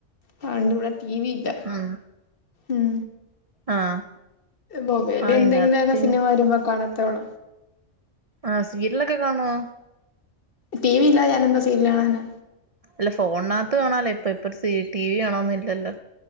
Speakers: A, on the left (about 50°); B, on the right (about 45°).
A: കണ്ടവിടെ ടിവിഇല്ല
B: ഉം
A: ഉം
B: ആഹ്
A: മോബൽ
B: ആഹ്
A: എന്തെങ്കിലുംെ
B: ഇതിനകത്ത്
A: സിനിമ വരുമ്പോ കാണ പത്തോള
B: ആ സീരിലൊക്കെ കാണുവോ
A: ടി വി ഇല്ല ഞാാന എന്താ സീരി കാണനെ
B: അല്ല ഫോണിനകത്ത് കാണാലേ ഇപ്പൊ അപ്പ സി ടിവി ആണോന്നുംല്ലല്ലോ